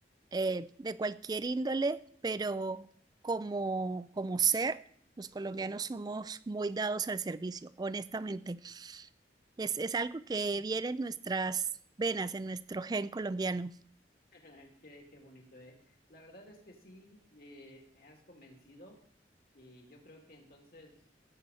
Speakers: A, on the right; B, on the left.
A: eh, de cualquier índole, pero como, como ser, los colombianos somos muy dados al servicio, honestamente. Es, es algo que viene en nuestras venas, en nuestro gen colombiano.
B: <laughs> Qué, qué bonito, ¿eh? La verdad es que sí, eh, me has convencido, y yo creo que entonces.